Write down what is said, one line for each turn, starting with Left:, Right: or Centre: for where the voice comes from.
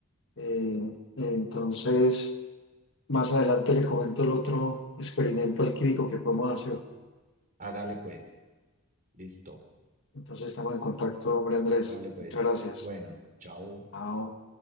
Left: Eh, entonces... Más adelante le comento el otro experimento alquímico que podemos hacer.
Right: Hágale pues, listo,
Left: Entonces estamos en contacto, hombre Andrés.
Right: dale pues,
Left: Muchas gracias.
Right: bueno, chao.
Left: Chao.